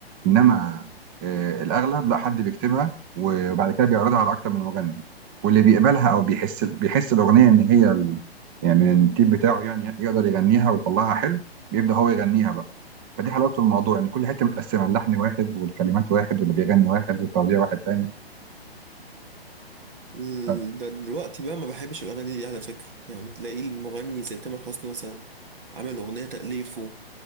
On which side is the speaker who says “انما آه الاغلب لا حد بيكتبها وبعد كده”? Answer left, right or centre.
Right